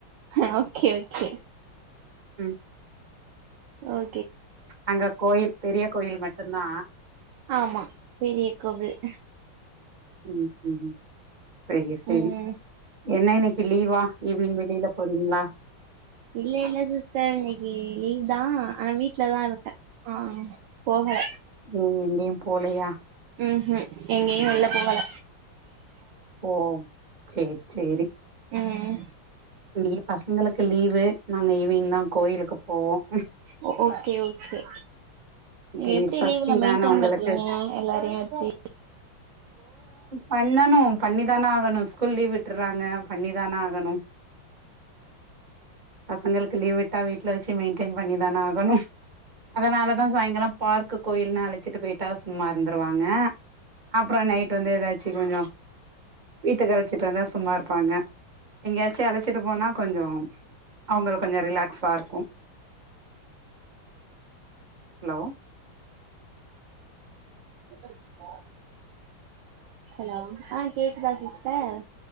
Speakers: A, on the right; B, on the right.
A: அ ஓகே ஓகே
B: ம்
A: ஓ
B: அங்க கோயில் பெரிய கோயில் மட்டுந்தா
A: ஆமா பெரிய கோவில்
B: ம் ம் சேரி சேரி
A: ம்
B: என்ன இன்னிக்கு லீவா ஈவினிங் வெளியில போறிங்ளா
A: இல்ல இல்ல சிஸ்டர் இன்னைக்கு லீவ் தா ஆனா வீட் லதா இருக்க ஆ போகல
B: ம் எங்கயு போலையா
A: ம் ஹு எங்கயு வெள்ல போகல
B: ஓஹ் சேரி சேரி
A: உம்
B: இன்னைக்கி பசங்களுக்கு லீவு நாங்க ஈவினிங் தான் கோயிலுக்கு போவோம்
A: ஓ ஓகே ஓகே
B: இன்னைக்கு
A: எப்படி
B: சஷ்டி
A: லீவுல மெயின்டெய்ன்
B: தான உங்களுக்கு
A: பண்றீங்க எல்லாரையு வச்சி
B: பண்ணனு பண்ணி தானே ஆகணும் ஸ்கூல் லீவ் விட்டுறாங்க பண்ணி தானே ஆகணும் பசங்களுக்கு லீவ் விட்டா வீட்ல வச்சு மெயின்டென் பண்ணி தானே ஆகணும் அதனால தான் சாயங்காலம் பார்க்கு கோயில்னு அழைச்சிட்டு போயிட்டா சும்மா இருந்துருவாங்க அப்புறம் நைட் வந்து ஏதாச்சும் கொஞ்ச வீட்டுக்கு அழைச்சிட்டு வந்தா சும்மா இருப்பாங்க எங்கேயாச்சும் அழைச்சிட்டு போனா கொஞ்ச அவங்க கொஞ்ச ரிலாக்ஸா இருக்கு ஹலோ
A: <unintelligible> ஹலோ ஆஹ் கேக்குதா சிஸ்டர்